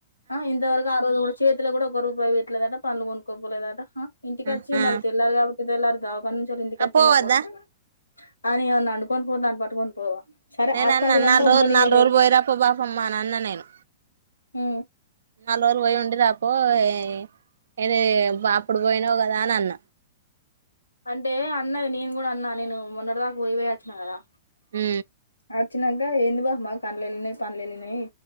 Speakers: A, on the left; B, on the right.
A: ఆ ఇంతవరకు అరవ కూడా చేతిలో కూడా ఒక రూపాయి వయట్లేదట పనులు కొనుక్కోపోలే లేదంట ఇంటికి
B: ఆ
A: వచ్చి మరి తెల్లారుగ క ఇది ఎలార్ దాగ్ పన్నంచలింది కర్జిన్న
B: ఆ పోవద్దా
A: కొడుకు అని అండుకొని పోవ దని పటుకొని పోవా సరే
B: నేన
A: హాస్పిటల్
B: అన్న నాలుగు
A: అంటే
B: రోజులు
A: ఉండనియ్యలేదు
B: నాలుగు రోజులు పోయరాప్ప పాాపమ్మా అన్న నేను
A: హు
B: నాలుగు రోజులు ప్తో ఉండిరా పోయి ఇది బో ప ఇప్పుడు పోయినావు కదా అని అన్న
A: అంటే అన్నది నేను కూడా అన్నా నేను మొన్నటి దాకా పోయిపోయచ్చున కదా
B: హు
A: వచ్చినాక ఎందు బ అమ్మా పనలెళ్ళినాయి పనులెలిినయి